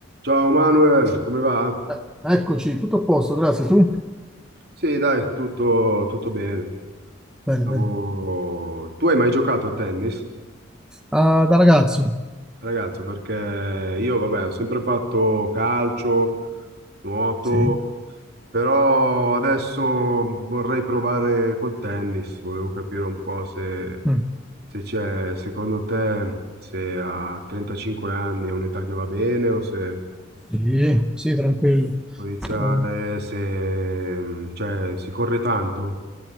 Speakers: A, on the right; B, in the centre.
A: Ciao Manuel, come va?
B: Eh, Eccoci, tutto a posto, grazie. Tu?
A: Sì, dai, tutto, tutto bene.
B: Bene,
A: Stavo-
B: bene.
A: Tu hai mai giocato a tennis,
B: Ah, da ragazzo?
A: ragazzo? Perché io, vabbè, ho sempre fatto calcio, nuoto,
B: Sì.
A: però adesso vorrei provare col tennis. Volevo capire un po' se,
B: Mm.
A: se c'è, secondo te, se a 35 anni è un'età che va bene o se
B: Sì, sì, tranquillo.
A: può iniziare,
B: Eh,
A: se, mm, cioè, si corre tanto.